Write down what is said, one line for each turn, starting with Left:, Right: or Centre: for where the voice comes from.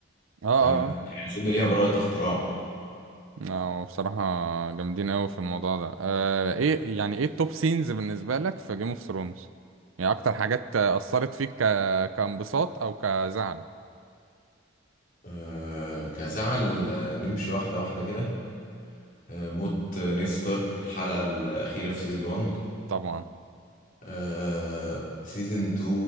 Right: اه آه.
Left: فاهم يعني أظن ليها براءة اختراع
Right: اه بصراحة جامدين قوي في الموضوع ده آه ايه يعني ايه التوب سينز بالنسبة لك في جيم اوف ثرونز يعني اكتر حاجات اثرت فيك ك... كانبساط او كزعل
Left: آه كزعل آه، نمشي واحدة واحدة كده آه موت نيد ستارك الحلقة الأخيرة في سيزون 1
Right: طبعا
Left: آه سيزون 2